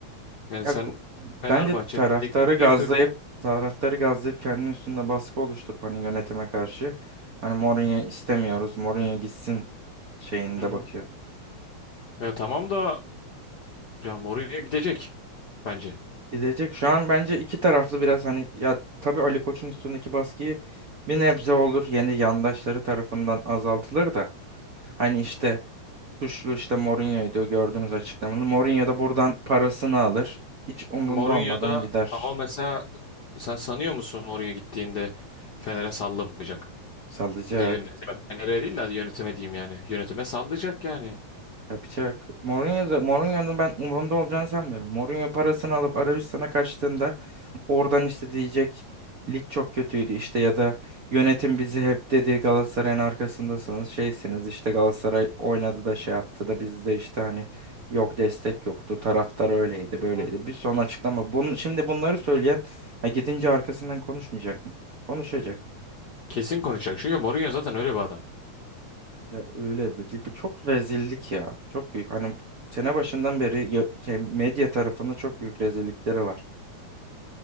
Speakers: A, on the left (about 75°); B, on the right (about 75°).
A: Yani
B: Ya,
A: sen
B: ku-
A: Fenerbahçe'nin
B: bence taraftarı
A: teknik
B: gazlayıp
A: direktörü.
B: taraftarı gazlayıp kendinin üstünde baskı oluşturup hani yönetime karşı hani Mourinho
A: Hı,
B: istemiyoruz. Mourinho gitsin şeyinde
A: hı, hı.
B: bakıyor.
A: Ya tamam da ya Mourinho gidecek bence.
B: Gidecek şu an bence iki taraflı biraz hani ya tabii Ali Koç'un üstündeki baskıyı bir nebze olur yeni yandaşları tarafından azaltılır da hani işte suçlu işte Mourinho'ydu gördüğünüz açıklamanı. Mourinho da buradan parasını alır. Hiç umrunda
A: Mourinho
B: olmadan
A: da
B: gider.
A: ama mesela Sen sanıyor musun oraya gittiğinde Fener'e sallamayacak?
B: Salacak.
A: Ya da yönetime. Fener'e değil de hadi yönetime diyeyim yani. Yönetime sallayacak yani.
B: Yapacak. Mourinho'da, Mourinho'nun ben umurunda olacağını sanmıyorum. Mourinho parasını alıp Arabistan'a kaçtığında oradan işte diyecek lig çok kötüydü işte ya da yönetim bizi hep dedi Galatasaray'ın arkasındasınız şeysiniz işte Galatasaray oynadı da şey yaptı da bizde işte hani yok destek yoktu taraftar öyleydi böyleydi
A: Hı.
B: bir son açıklama. Bunu, şimdi bunları söyleyen ha, gidince arkasından konuşmayacak mı? Konuşacak.
A: Kesin konuşacak. Çünkü Mourinho zaten öyle bir adam.
B: Ya öyle bir gibi çok rezillik ya. Çok büyük. Hani sene başından beri ya- şey, medya tarafında çok büyük rezillikleri var.